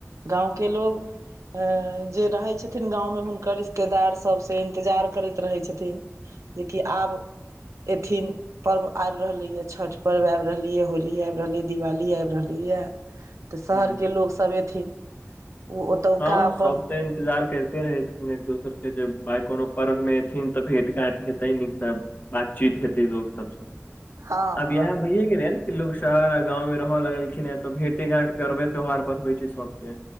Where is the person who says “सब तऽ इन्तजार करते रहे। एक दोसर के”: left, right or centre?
Left